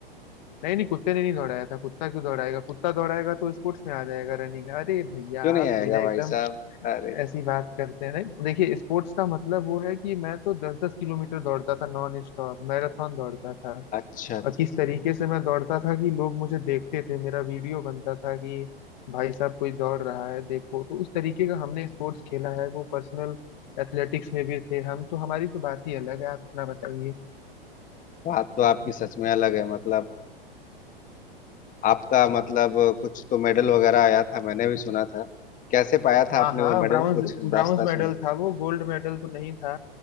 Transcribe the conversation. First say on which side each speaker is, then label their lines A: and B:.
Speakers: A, on the left (about 50°); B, on the left (about 25°).
A: नहीं नहीं कुत्ते ने नहीं दौड़ाया था कुत्ता क्यों दौड़ाएगा कुत्ता दौड़ाएगा तो स्पोर्ट्स में आ जाएगा रनिंग अरे भैया
B: क्यों नहीं
A: आप
B: आएगा
A: भी ना
B: भाई
A: एकदम
B: साहब अरे
A: ऐसी बात करते हैं नहीं देखिए स्पोर्ट्स का मतलब वो है कि मैं तो दस दस किलोमीटर दौड़ता था नॉन स्टॉप मैराथन दौड़ता था
B: अच्छा अच्छा
A: और किस
B: अच्छा
A: तरीके से मैं दौड़ता था कि लोग मुझे देखते थे मेरा वीडियो बनता था कि भाई साहब कोई दौड़ रहा है देखो तो उस तरीके का हमने स्पोर्ट्स खेला है वो पर्सनल एथलेटिक्स में भी थे हम तो हमारी तो बात ही अलग है आप अपना बताइए
B: बात तो आपकी सच में अलग है मतलब आपका मतलब कुछ तो मेडल वगैरह आया था मैंने भी सुना था कैसे पाया था
A: हाँ
B: आपने
A: हाँ
B: वो मेडल
A: ब्राउन्स
B: कुछ
A: ब्राउन्स
B: दास्ता
A: मेडल
B: सुना
A: था वो गोल्ड मेडल तो नहीं था